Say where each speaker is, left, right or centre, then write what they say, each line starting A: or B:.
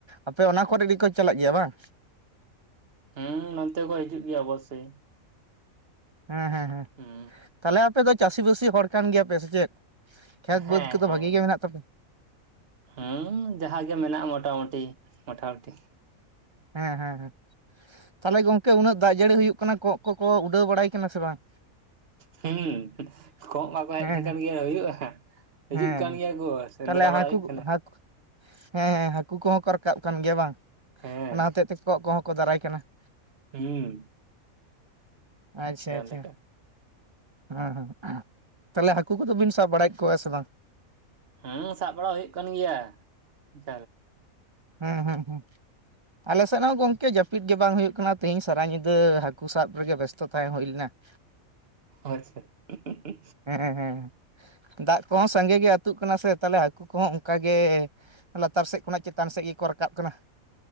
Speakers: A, on the right; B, on the right.
A: ᱟᱯᱮ ᱚᱱᱟ ᱠᱚᱨᱮ ᱜᱮᱠᱚ ᱪᱟᱞᱟᱜ ᱜᱮᱭᱟ ᱵᱟᱝ?
B: ᱦᱮᱸ ᱱᱚᱱᱛᱮ ᱠᱚ ᱦᱤᱡᱩᱜ ᱜᱮᱭᱟ ᱚᱵᱚᱥᱥᱳᱭ᱾
A: ᱦᱮᱸ, ᱦᱮᱸ, ᱦᱮᱸ
B: ᱦᱩᱸ
A: ᱛᱟᱦᱚᱞᱮ ᱟᱯᱮ ᱫᱚ ᱪᱟᱹᱥᱤ ᱵᱟᱹᱥᱤ ᱦᱚᱲ ᱠᱟᱱ ᱜᱮᱭᱟ ᱯᱮ ᱥᱮ ᱪᱮᱫ? ᱠᱷᱮᱛ
B: ᱦᱮᱸ, ᱦᱮᱸ,
A: ᱵᱟᱹᱫᱽ ᱠᱚᱫᱚ ᱵᱷᱟᱜᱤ ᱜᱮ ᱢᱮᱱᱟᱜ ᱛᱟᱯᱮ
B: ᱦᱮᱸ, ᱦᱩᱸ ᱡᱟᱦᱟᱸ ᱜᱮ ᱢᱮᱱᱟᱜᱼᱟ ᱢᱚᱴᱟᱢᱩᱴᱤ ᱢᱚᱴᱟᱢᱩᱴᱤ
A: ᱦᱮᱸ ᱦᱮᱸ ᱦᱮᱸ ᱛᱟᱦᱚᱞᱮ ᱜᱚᱝᱠᱮ ᱩᱱᱟᱹᱜ ᱫᱟᱜ ᱡᱟᱹᱲᱤ ᱦᱩᱭᱩᱜ ᱠᱟᱱᱟ ᱠᱚᱸᱜ ᱠᱚᱠᱚ ᱩᱰᱟᱹᱣ ᱵᱟᱲᱟᱭ ᱠᱟᱱᱟ ᱥᱮ ᱵᱟᱝ?
B: ᱦᱮᱸ ᱠᱚᱜ ᱵᱟᱠᱚ ᱦᱮᱡ
A: ᱦᱮᱸ
B: ᱞᱮᱠᱷᱟᱱ
A: ᱦᱮᱸ
B: ᱜᱮ ᱦᱩᱭᱩᱜᱼᱟ ᱾ ᱦᱤᱡᱩᱜ
A: ᱦᱮᱸ
B: ᱠᱟᱱ ᱜᱮᱭᱟ ᱠᱚ ᱥᱮᱸᱫᱽᱨᱟ
A: ᱛᱟᱦᱚᱞᱮ
B: ᱵᱟᱲᱟ
A: ᱦᱟᱹᱠᱩ
B: ᱦᱩᱭᱩᱜ ᱠᱟᱱᱟ ᱾
A: ᱦᱟᱹᱠᱩ ᱦᱮᱸ ᱦᱮᱸ ᱦᱟᱹᱠᱩ ᱠᱚᱦᱚᱸ ᱠᱚ ᱨᱟᱠᱟᱵ ᱠᱟᱱ ᱜᱮᱭᱟ ᱵᱟᱝ
B: ᱦᱮᱸ
A: ᱚᱱᱟ ᱦᱚᱛᱮᱜ ᱛᱮ ᱠᱚᱸᱜ ᱠᱚᱦᱚᱸ ᱠᱚ ᱫᱟᱨᱟᱭ ᱠᱟᱱᱟ ᱾
B: ᱦᱩᱸ ᱾
A: ᱟᱪᱪᱷᱟ ᱟᱪᱪᱷᱟ
B: ᱞᱮᱠᱟ
A: ᱾ ᱦᱮᱸ ᱦᱮᱸ ᱛᱟᱦᱚᱞᱮ ᱦᱟᱹᱠᱩ ᱠᱚᱫᱚ ᱵᱤᱱ ᱥᱟᱵ ᱵᱟᱲᱟᱭᱮᱫ ᱠᱚᱣᱟ ᱥᱮ ᱵᱟᱝ?
B: ᱦᱮᱸ ᱥᱟᱵ ᱵᱟᱲᱟ ᱦᱩᱭᱩᱜ ᱠᱟᱱ ᱜᱮᱭᱟ ᱾
A: ᱦᱩᱸ ᱦᱩᱸ ᱦᱩᱸ ᱾ ᱟᱞᱮ ᱥᱮᱫ ᱦᱚᱸ ᱜᱚᱢᱠᱮ ᱡᱟᱹᱯᱤᱫ ᱜᱮ ᱵᱟᱝ ᱦᱩᱭᱩᱜ ᱠᱟᱱᱟ ᱛᱮᱦᱤᱧ ᱥᱟᱨᱟ ᱧᱤᱫᱟᱹ ᱦᱟᱹᱠᱩ ᱥᱟᱵ ᱨᱮᱜᱮ ᱵᱮᱥᱛᱚ ᱛᱟᱦᱮᱸ ᱦᱩᱭ ᱞᱮᱱᱟ ᱾
B: ᱟᱪᱪᱷᱟ ᱾
A: ᱦᱮᱸ ᱦᱮᱸ ᱫᱟᱜ ᱠᱚᱦᱚᱸ ᱥᱟᱸᱜᱮ ᱜᱮ ᱟᱹᱛᱩᱜ ᱠᱟᱱᱟ ᱥᱮ ᱛᱟᱦᱚᱞᱮ ᱦᱟᱹᱠᱩ ᱠᱚᱦᱚᱸ ᱚᱱᱠᱟ ᱜᱮ ᱞᱟᱛᱟᱨ ᱥᱮᱫ ᱠᱷᱚᱱᱟᱜ ᱪᱮᱛ ᱪᱮᱛᱟᱱ ᱥᱮᱫ ᱜᱮᱠᱚ ᱨᱟᱠᱟᱵ ᱠᱟᱱᱟ ᱾